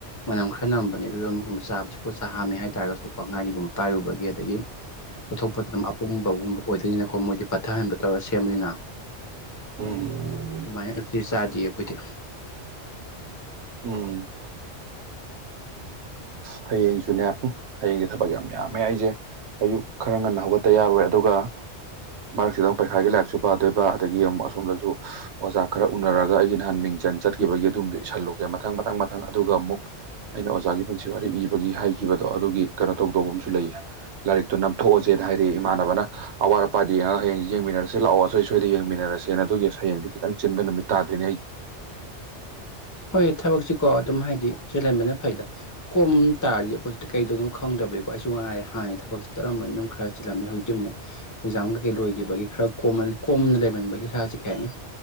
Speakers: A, on the left; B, on the right.
A: ꯃꯅꯝ ꯈꯔ ꯅꯝꯕꯅꯦ ꯏꯔꯣꯟꯝꯒꯨꯝꯕ ꯆꯥꯕꯁꯤ ꯈꯨꯠ ꯁꯥ ꯍꯥꯝꯃꯦ ꯍꯥꯏꯇꯥꯔꯒꯁꯨꯀꯣ ꯉꯥꯔꯤꯒꯨꯝꯕ ꯄꯥꯏꯔꯨꯕꯒꯤ ꯑꯗꯒꯤ ꯇꯠꯊꯣꯛꯄꯗ ꯑꯗꯨꯝ ꯑꯄꯨꯕꯒꯨꯝꯕ ꯑꯣꯏꯗꯣꯏꯅꯤꯅꯀꯣ ꯃꯣꯏꯗꯤ ꯄꯠꯊꯍꯟꯕ ꯇꯧꯔ ꯁꯦꯝꯕꯅꯤꯅ
B: ꯎꯝ
A: ꯑꯗꯨꯃꯥꯏꯅ ꯑꯌꯨꯛꯇꯗꯤ ꯆꯥꯗꯦ ꯑꯩꯈꯣꯏꯗꯤ
B: ꯎꯝ ꯑꯁ ꯍꯌꯦꯡꯁꯨꯅꯦ ꯎꯝ ꯍꯌꯦꯡꯁꯦ ꯊꯕꯛ ꯌꯥꯝ ꯌꯥꯝꯃꯦ ꯑꯩꯁꯦ ꯑꯌꯨꯛ ꯈꯔ ꯉꯟꯅ ꯍꯧꯒꯠꯇ ꯌꯥꯔꯣꯏ ꯑꯗꯨꯒ ꯃꯔꯛꯁꯤꯗꯪ ꯄꯩꯈꯥꯒꯤ ꯂꯥꯏꯔꯤꯛꯁꯨ ꯄꯥꯗꯣꯏꯕ ꯑꯗꯒꯤ ꯑꯃꯨꯛ ꯑꯁꯣꯝꯗꯁꯨ ꯑꯣꯖꯥ ꯈꯔ ꯎꯅꯔꯒ ꯑꯩꯒꯤ ꯅꯍꯥꯟ ꯃꯤꯡꯆꯟ ꯆꯠꯈꯤꯕꯒꯤ ꯑꯗꯨꯝꯗ ꯏꯁꯤꯜꯂꯨꯒꯦ ꯃꯊꯪ ꯃꯊꯪ ꯃꯊꯪ ꯑꯗꯨꯒ ꯑꯃꯨꯛ ꯑꯩꯅ ꯑꯣꯖꯥꯒꯤ ꯄꯨꯟꯁꯤ ꯋꯥꯔꯤ ꯏꯕꯒꯤ ꯍꯥꯏꯈꯤꯕꯗꯣ ꯑꯗꯨꯒꯤ ꯀꯩꯅꯣ ꯇꯧꯗꯧꯕ ꯑꯃꯁꯨ ꯂꯩꯌꯦ ꯂꯥꯏꯔꯤꯛꯇꯨ ꯅꯝꯊꯣꯛꯑꯁꯦꯅ ꯍꯥꯏꯔꯛꯑꯦ ꯏꯃꯥꯟꯅꯕꯅ ꯑꯋꯥꯠ ꯑꯄꯥꯗ ꯌꯦꯡꯉꯒ ꯍꯌꯦꯡꯁꯤ ꯌꯦꯡꯃꯤꯟꯅꯔꯁꯤ ꯂꯥꯛꯑꯣ ꯑꯁꯣꯏ ꯁꯣꯏꯗ ꯌꯦꯡꯃꯤꯟꯅꯔꯁꯦꯅ ꯑꯗꯨꯒꯤ ꯍꯌꯦꯡꯗꯤ ꯈꯤꯇꯪ ꯆꯤꯟꯕ ꯅꯨꯃꯤꯠ ꯇꯥꯗꯣꯏꯅꯦ ꯑꯩ
A: ꯍꯣꯏ ꯊꯕꯛꯁꯤꯀꯣ ꯑꯗꯨꯝ ꯍꯥꯏꯗꯤ ꯆꯤꯜꯍꯟꯕꯅ ꯐꯩꯗ ꯀꯣꯝ ꯇꯥꯔꯗꯤ ꯑꯩꯈꯣꯏ ꯁꯤ ꯀꯩꯗꯧꯅꯣ ꯈꯪꯗꯕꯩꯀꯣ ꯑꯩꯁꯨ ꯃꯉꯥꯏꯔꯦ ꯍꯥꯟꯅ ꯊꯕꯛ ꯆꯠꯂꯝꯝꯕꯅꯤꯅ ꯑꯗꯨꯝ ꯈꯔ ꯆꯤꯜꯂꯝꯃꯦ ꯍꯧꯖꯤꯛꯇꯤ ꯑꯃꯨꯛ ꯑꯦꯛꯖꯥꯝ ꯀꯩꯀꯩ ꯂꯣꯏꯈꯤꯕꯒꯤ ꯈꯔ ꯀꯣꯝ ꯀꯣꯝꯅ ꯂꯩꯃꯟꯕꯒꯤ ꯏꯁꯥꯁꯦ ꯀꯩ ꯍꯥꯏꯅꯤ